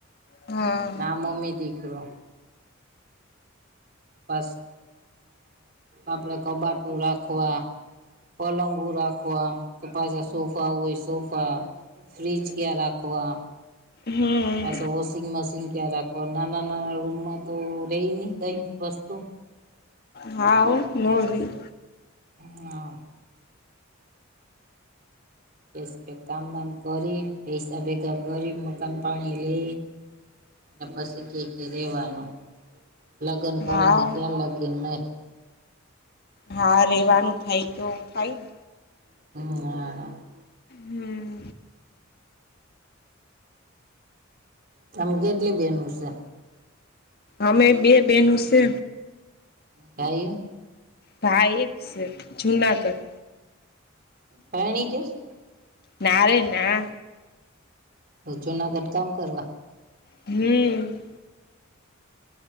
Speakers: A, on the left (about 50°); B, on the right (about 45°).
A: હા
B: હા મમ્મી દીકરો. <unintelligible> આપડે કબાટું રાખવા. પલંગો રાખવા તો પાછા સોફા હોય તો સોફા. ફ્રિજ ક્યાં રાખવા
A: હમ
B: પાછા વોશિ. વોશિંગ મશીન ક્યાં રાખવુ નાના નાના રૂમમાં તો રહી નહીં કંઈ વસ્તુ.
A: હા હો નો રયે.
B: <unintelligible> કેસ કે કામ વામ કરી પૈસા ભેગા કરી મકાન પાણી લે. અને પછી કે કે રેવાનું લગ્ન કરવાનું
A: હાવ
B: ત્યાં લગીન નય.
A: હા રેવાનું થાય તો થાય ને.
B: <inaudible>
A: હમ.
B: તમ કેટલી બેનો શે.
A: અમે બે બેનુ શે.
B: ભાઈઓ.
A: ભાઈ એક છે જુનાગઢ.
B: પૈણી ગ્યો શ.
A: ના રે ના.
B: તો જુનાગઢ કામ કરવા.
A: હમ.